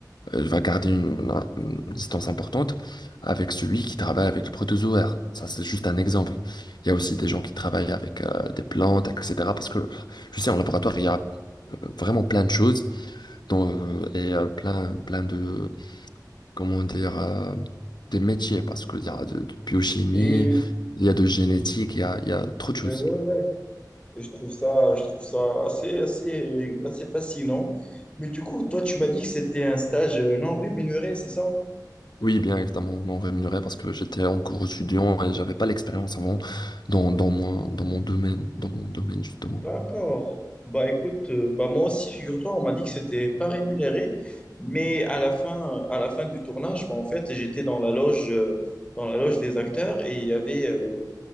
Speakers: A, on the left; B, on the left.
A: euh, va garder une, une distance importante avec celui qui travaille avec le protozoaire. Ça, c'est juste un exemple. Il y a aussi des gens qui travaillent avec euh, des plantes, etc. Parce que, tu sais, en laboratoire, il y a euh, vraiment plein de choses dont, euh, et euh, plein, plein de, comment dire, euh, des métiers. Parce qu'il y a de, de biochimie,
B: Et,
A: il y a de génétique, il y a, il y a trop de choses.
B: et ouais, ouais. Et je trouve ça, je trouve ça assez, assez, assez fascinant. Mais du coup, toi, tu m'as dit que c'était un stage non rémunéré, c'est ça?
A: Oui, bien évidemment, non rémunéré parce que j'étais encore étudiant et j'avais pas l'expérience avant dans, dans mon, dans mon domaine, dans mon domaine justement.
B: D'accord. Bah écoute, euh, bah moi aussi, figure-toi, on m'a dit que c'était pas rémunéré, mais à la fin, à la fin du tournage, bah en fait, j'étais dans la loge, euh, dans la loge des acteurs et il y avait euh,